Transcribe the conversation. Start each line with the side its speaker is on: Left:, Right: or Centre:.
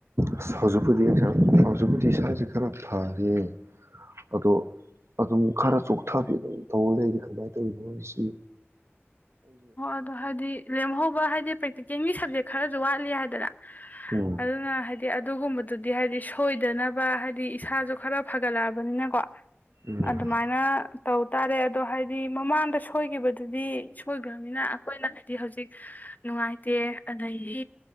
Right: ꯑꯁ ꯍꯧꯖꯤꯛꯄꯨꯗꯤꯥ ꯍꯧꯖꯤꯛꯄꯨꯗꯤ ꯏꯁꯥꯁꯦ ꯈꯔ ꯐꯔꯦ ꯑꯗꯣ ꯑꯗꯨꯝ ꯈꯔ ꯆꯣꯛꯊꯕꯤ ꯑꯗꯨꯝ ꯇꯧ ꯂꯩꯔꯤ ꯀꯃꯥꯏꯅ ꯇꯧꯔꯤꯅꯣꯁꯤ
Left: ꯑꯣ ꯑꯗꯣ ꯍꯥꯏꯗꯤ ꯂꯦꯝꯍꯧꯕ ꯍꯥꯏꯗꯤ ꯄ꯭ꯔꯦꯛꯇꯤꯀꯦꯜꯒꯤ ꯁꯕꯖꯦꯛ ꯈꯔꯁꯨ ꯋꯥꯠꯂꯤ ꯍꯥꯏꯗꯅ
Right: ꯎꯝ
Left: ꯑꯗꯨꯅ ꯍꯥꯏꯗꯤ ꯑꯗꯨꯒꯨꯝꯕꯗꯨꯗꯤ ꯍꯥꯏꯗꯤ ꯁꯣꯏꯗꯅꯕ ꯍꯥꯏꯗꯤ ꯏꯁꯥꯁꯨ ꯈꯔ ꯐꯒꯠꯂꯛꯑꯕꯅꯤꯅꯀꯣ
Right: ꯎꯝ
Left: ꯑꯗꯨꯃꯥꯏꯅ ꯇꯧ ꯇꯥꯔꯦ ꯑꯗꯣ ꯍꯥꯏꯗꯤ ꯃꯃꯥꯡꯗ ꯁꯣꯏꯈꯤꯕꯗꯨꯗꯤ ꯑꯣꯏꯣꯏꯈ꯭ꯔꯕꯅꯤꯅ ꯑꯩꯈꯣꯏꯅ ꯍꯥꯏꯗꯤ ꯍꯧꯖꯤꯛ ꯅꯨꯡꯉꯥꯏꯇꯦ ꯑꯗꯒꯤ